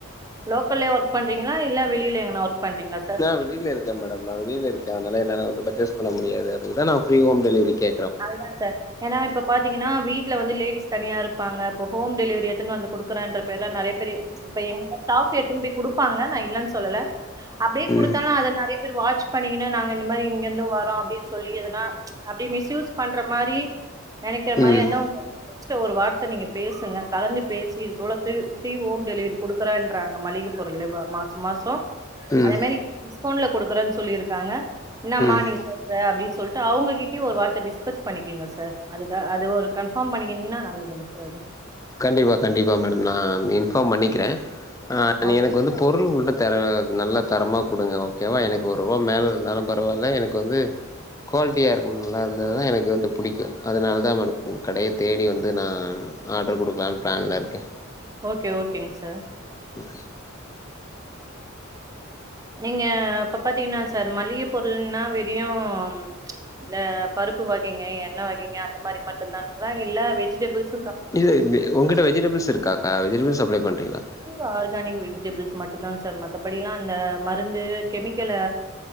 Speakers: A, on the right; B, on the left.
A: லோக்கல்லயே ஒர்க் பண்றீங்ளா இல்ல வெளில எங்கனா ஒர்க் பண்றீங்ளா சா
B: நா வெளில இருக்கன் மேடம் நான் வெளில இருக்கேன் அதனால என்னால வந்து பர்சேஸ் பண்ண முடியாது அதுக்குதா ப்ரீ ஹோம் டெலிவரி கே
A: அதுதா சார் ஏனா இப்ப பாத்திங்கனா வீட்ல வந்து லேடிஸ் தனியா இருப்பாங்க இப்ப ஹோம் டெலிவரி எ த்துனு வந்து குடுக்குறேன்ற பேர்ல நறைய பேரு இப்ப எங்க ஸ்டாஃப் எத்துன் போய் குடுப்பாங்க நா இல்லன் சொல்லல. அப்டியே
B: ம்
A: குடுத்தாலு அத நறைய பேரு வாச் பண்ணிகுனு நாங்க இந்த மாரி இங்கிர்ந்து வ ரோ அப்டி சொல்லி எதனா அப்டி மிஸ்யூஸ் பண்ற மாரி நெனக்கிற
B: ம்
A: மாரியந்தா உங்க ஸ்ட்ட ஒரு வார்த்த நீங்க பேசுங்க கலந்து பேசி இது போல ஃப்ரு ஃபிரி ஹோம் டெலிவரி குடு க்குறேன்றாங்க மளிக பொருளு வ மாச மாசோ
B: ம்
A: அதே மாரி டிஸ்கவுண்ட்ல குடுக்குறன் சொல்லிருக்காங்க என்னம்மா
B: ம்
A: நீ சொல்ற அப்டின் சொல்ட்டு அவங்ககிட்யு ஒரு வார்த்த டிஸ் க்கஸ் பண்ணிக்கங்க சார் அதுக்கு அது ஒரு கன்ஃபாம் பண்ணிக்கனிங்கனா நல்லதுங் சார் அது.
B: கண்டிப்பா கண்டிப்பா மேடம் நான் இன்ஃபாம் பண்ணிக்கிறே அ நீங்க
A: ஓகேங்க
B: எனக்கு வந்து
A: சார்.
B: பொருள் உள்ள தர நல்ல தரமா குடுங்க ஓகேவா எனக்கு ஒருவா மேல இருந்தாலு பரவால்ல எனக்கு வந்து குவால்ட்டியா இருக் நல்லார்ந்தாதா எனக்கு வந்து புடிக்கு அதனால் தா மேடம் உங் கடைய தேடி வந்து நான் ஆட் ர் குடுக்கலான் பிளான்லருக்கே.
A: ஓகே ஓகேங் சார்.
B: ம்.
A: நீங்க இப்ப பாத்திங்கனா சார் மளிகை பொருள்னா வெறியும் இந்த பருப்பு வகைங்க எண்ண வகைங்க அந்த மாரி மட்டுந்தானுங்ளா இல்ல வெஜிடபிள்ஸ்
B: இது இப்டி உங்கட்ட வெஜிடபிள்ஸ் இருக்காக்கா வெஜிடபிள்ஸ் சப்ளை பண்றீங்களா?
A: அ ஆர்கானிக் வெஜிடபிள்ஸ் மட்டுந்தாங் சார் மத்தபடி எல்லா அந்த மருந்து கெமிக்கலு